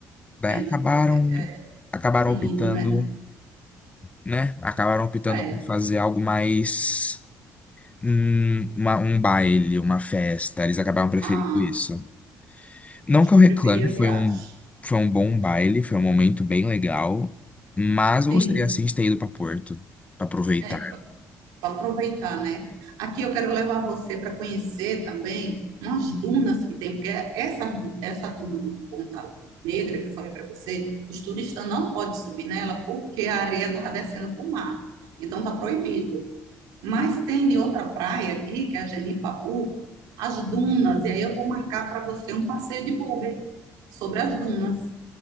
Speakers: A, on the right; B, on the left.
A: Que
B: Daí
A: pena
B: acabaram,
A: que você é,
B: acabaram
A: não
B: optando,
A: indo, né?
B: né? Acabaram optando
A: É.
B: por fazer algo mais um, uma- um baile, uma festa. Eles acabaram preferindo
A: Ah,
B: isso. Não
A: eu acho
B: que
A: que
B: eu
A: eu
B: reclame,
A: preferia
B: foi
A: a viagem.
B: um, foi um bom baile, foi um momento bem legal, mas eu
A: Sim,
B: gostaria assim de ter ido para Porto, para aproveitar.
A: é, para aproveitar, né? Aqui eu quero levar você para conhecer também umas dunas que tem, porque essa, du- essa duna de Ponta Negra que eu falei para você, os turistas não podem subir nela porque a areia estava descendo para o mar. Então tá proibido. Mas tem outra praia aqui, que é a Genipabu, as dunas, e aí eu vou marcar para você um passeio de bugre sobre as dunas.